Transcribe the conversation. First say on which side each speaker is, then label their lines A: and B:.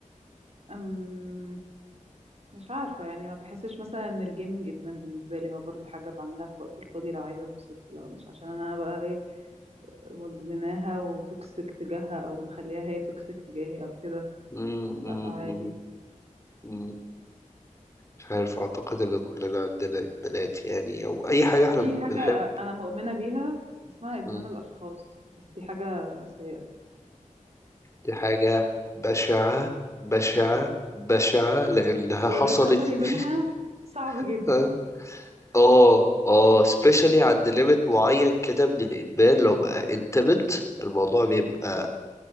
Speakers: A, on the right (about 50°); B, on the left (about 20°).
A: أم مش عارفه يعني ما بحسش مثلا ان الجيمنج ادمان بالنسبه لي هو برضو حاجه بعملها في وقتي الفاضي لو عايزه اتبسط لو مش عشان انا بقى ايه مدمناها وتوكسيك تجاهها او مخليها هي توكسيك تجاهي او كده
B: مم.
A: لا
B: مم.
A: عادي
B: مم. مم. مش عارف اعتقد ان كلنا عندنا ادمانات يعني او اي حاجه احنا
A: في
B: بنحب
A: حاجة أنا مؤمنة بيها اسمها إدمان
B: مم.
A: الأشخاص بس دي حاجة سيئة
B: دي حاجه بشعه بشعه
A: مم.
B: بشعه لانها
A: والريكفري
B: حصلت لي
A: منها صعب جدا
B: <laughs> اه اه سبيشالي عند ليميت معين كده من الادمان لو بقى انتمت الموضوع بيبقى
A: مم.